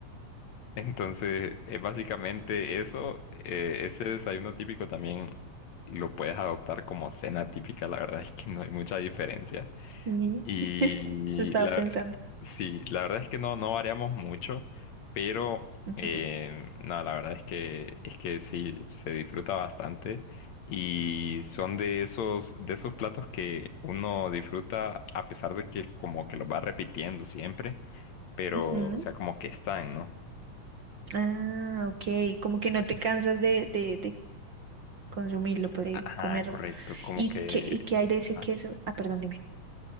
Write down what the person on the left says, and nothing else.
<laughs> entonces es básicamente eso. eh, ese desayuno típico también lo puedes adoptar como cena típica. La verdad es que no hay mucha diferencia.
Y
la,
sí, la verdad es que no, no variamos mucho, pero
eh, no, la verdad es que, es que sí, se disfruta bastante. Y son de esos, de esos platos que uno disfruta a pesar de que como que los va repitiendo siempre, pero
o sea, como que están, ¿no?
Ajá,
correcto, como
que...
ajá.